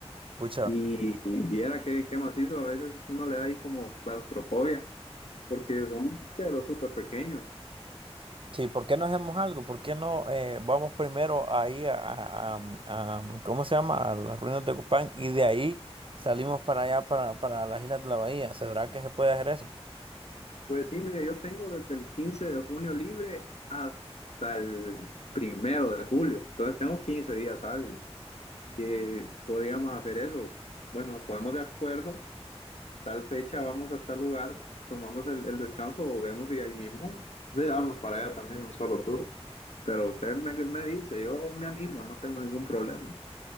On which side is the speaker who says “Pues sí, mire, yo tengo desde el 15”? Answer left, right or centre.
Left